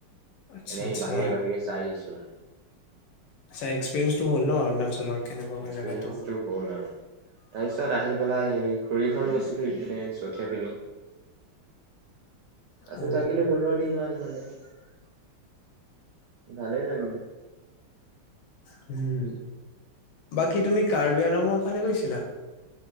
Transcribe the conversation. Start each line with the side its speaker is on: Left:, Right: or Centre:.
Left: আচ্ছা
Right: এনেই
Left: আচ্ছা
Right: বাহিৰে বাহিৰে চাই আহিছোঁ আৰু।
Left: চা এক্সপেৰিয়েঞ্চটো হ'ল ন অৰুণাচলৰ। কেনেকুৱা হয়
Right: এক্সপিৰিয়েঞ্চটো
Left: জেগাটো
Right: হ'ল আৰু তাৰ পিছত আহি পেলাই। এই খুৰী ঘৰ গৈছিলো ইপিনে চঠিয়া পিনে। তাতো
Left: অ
Right: থাকিলো পোন্ধৰ দিন মান মানে হে। ভালেই লাগিলে।
Left: হম বাকী তুমি কাৰ্বি আলঙৰ ফালে গৈছিলা?